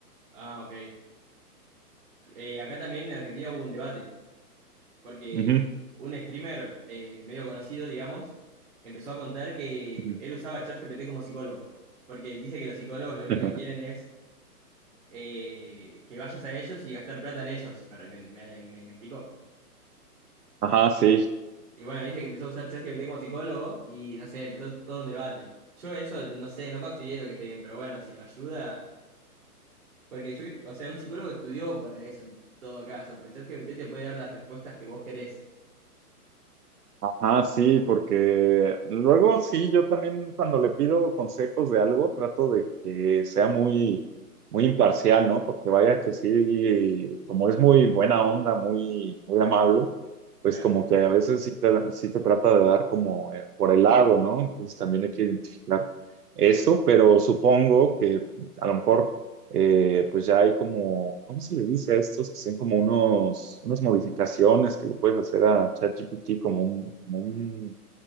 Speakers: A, on the right (about 50°); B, on the right (about 70°).
A: ah, ok. Eh, acá también en Argentina hubo un debate, porque
B: Ujú.
A: un streamer eh, medio conocido, digamos, empezó a contar que
B: Ujú.
A: él usaba ChatGPT como psicólogo, porque él dice que los psicólogos
B: <laughs>
A: lo único que quieren es eh, que vayas a ellos y gastar plata en ellos, me, me, me- me- me explicó.
B: Ajá, sí,
A: Y bueno, dice que empezó a usar ChatGPT como psicólogo y no sé, empezó todo un debate. Yo eso no sé, no considero que esté bien, pero bueno, si lo ayuda, porque yo creo, o sea, un psicólogo estudió para eso en todo caso, pero ChatGPT te puede dar las respuestas que vos querés.
B: Ajá, sí, porque luego sí, yo también cuando le pido consejos de algo, trato de que sea muy, muy imparcial, ¿no? Porque vaya que sí, como es muy buena onda, muy, muy amable, pues
A: Claro.
B: como que a veces sí te, sí te trata de dar como eh, por el lado, ¿no? Entonces también hay que identificar eso, pero supongo que a lo mejor eh, pues ya hay como, ¿cómo se le dice a estos? Que son como unos, unas modificaciones que le puedes hacer a ChatGPT, como un, como un